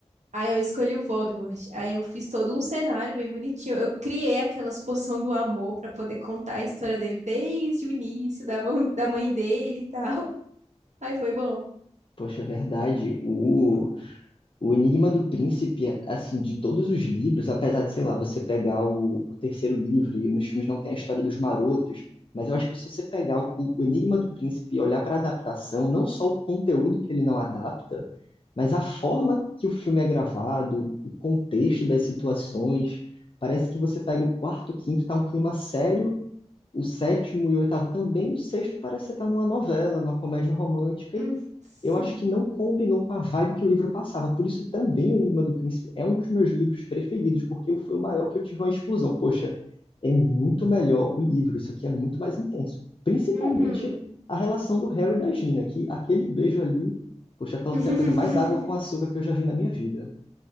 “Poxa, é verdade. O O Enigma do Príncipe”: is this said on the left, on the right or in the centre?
Left